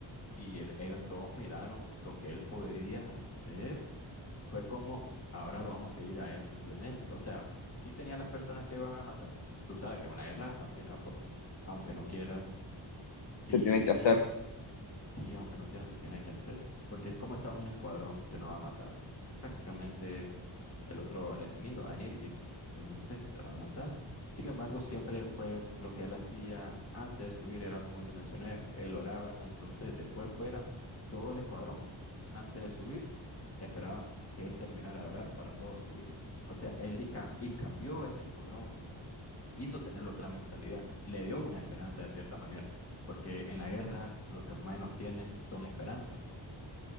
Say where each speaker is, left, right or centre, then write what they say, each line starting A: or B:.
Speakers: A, on the left (about 30°); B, on the left (about 65°).
A: y él- ellos todos miraron lo que él podía hacer, fue como ahora lo vamos a seguir a él simplemente. O sea, sí tenía las personas que iban a matar. Tú sabes que una guerra, al final, pues, aunque no quieras, si
B: que tiene que
A: un,
B: hacer.
A: e- sí, aunque no quieras, se tiene que hacer. Porque ¿cómo está un escuadrón que no va a matar? Prácticamente el otro, el enemigo, va a venir y simplemente te va a matar. Sin embargo, siempre él fue lo que él hacía antes de subir, era como te mencioné, él oraba. Entonces, después fuera todo el escuadrón, antes de subir, esperaban que él terminara de orar para todos subir. O sea, él y, ca- y cambió ese escuadrón, hizo tener otra mentalidad, le dio una esperanza de cierta manera, porque en la guerra lo que menos tiene son esperanzas.